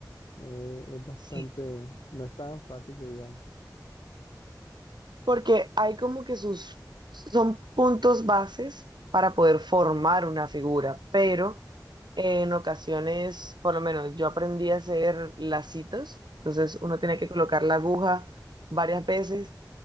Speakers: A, on the left; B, on the right.
A: Eh, es bastante,
B: Sí,
A: no es tan fácil que digamos.
B: Porque hay como que sus, son puntos bases para poder formar una figura, pero eh, en ocasiones, por lo menos yo aprendí a hacer lacitos, entonces uno tenía que colocar la aguja varias veces,